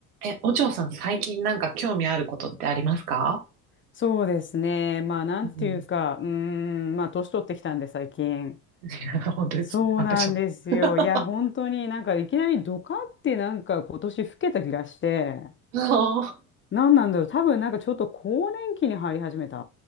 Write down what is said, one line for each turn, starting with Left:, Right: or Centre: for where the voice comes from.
Right: え、お嬢さん、最近なんか興味あることってありますか
Left: そうですね。まあ、なんていうか、
Right: うん。
Left: うーん、まあ、年取ってきたんで、最近。
Right: <laughs> 本当ですね。
Left: そうなんですよ。
Right: 私も。<laughs>
Left: いや、本当になんか、いきなりドカってなんか、今年老けた気がして、
Right: ああ。
Left: なんなんだろう。多分なんか、ちょっと更年期に入り始めた